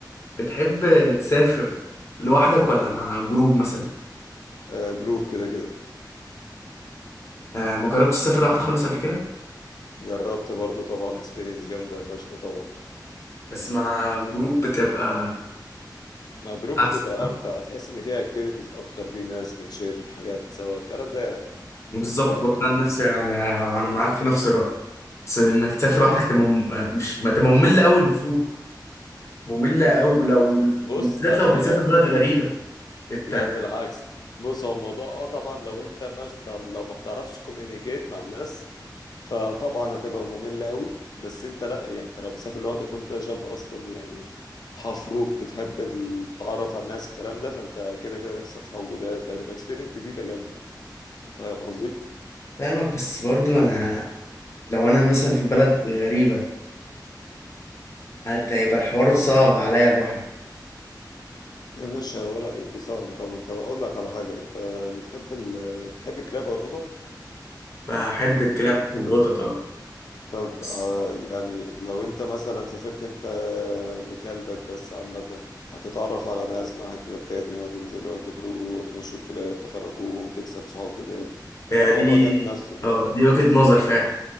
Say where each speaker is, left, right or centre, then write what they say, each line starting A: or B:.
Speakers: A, on the left; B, on the left.
A: بتحب تسافر لوحدك ولا مع جروب مثلا؟
B: آه جروب كده كده
A: آه، ما جربتش تسافر لوحدك خالص قبل كده
B: جربت برضو طبعا اكسبيرينس جامدة فشخ طبعا
A: بس مع جروب بتبقى
B: مع جروب
A: احسن
B: بتبقى
A: صح؟
B: امتع تحس ان فيها اكتيفيتيز اكتر في ناس بنشير حاجات سوا الكلام ده يعني
A: بالظبط
B: انت فاهم
A: برضه
B: اكيد
A: انا نفس انا انا معاك في نفس الرأي بس انك تسافر لوحدك تبقى مم- مش ما تبقى مملة قوي المفروض مملة أوي لو
B: بص
A: وبالذات
B: لا
A: لو بتسافر
B: هي
A: بلد غريبة أنت
B: لا بالعكس بص هو الموضوع اه طبعا لو انت مش لو ما بتعرفش كوميونيكيت مع الناس فطبعا هتبقى مملة قوي بس انت لا يعني انت لو مسافر لوحدك وانت شاب اصلا يعني حفروك بتحب التعرف على الناس الكلام ده فانت كده كده هتكسب صحاب جداد هتبقى اكسبيرينس جديدة جامدة فاهم قصدي؟
A: فاهمك بس برضو أنا أنا- لو أنا مثلا في بلد غريبة حتى يبقى الحوار صعب عليا لوحدي
B: يا باشا ولا ايه صعب طبعا طب اقول لك على حاجة انت بتحب ال... بتحب الكلاب او القطط؟
A: بحب الكلاب والقطط أوي.
B: طب
A: بس
B: آه يعني لو انت مثلا سافرت انت بكلبك بس عامة هتتعرف على ناس معاها كلاب تاني وهتنزلوا وتخرجوا وتمشوا الكلاب تخرجوهم تكسب صحاب جداد
A: هي
B: تلاقي الموضوع
A: دي
B: جايب نفسه فاهم
A: اه دي وجهة نظر فعلا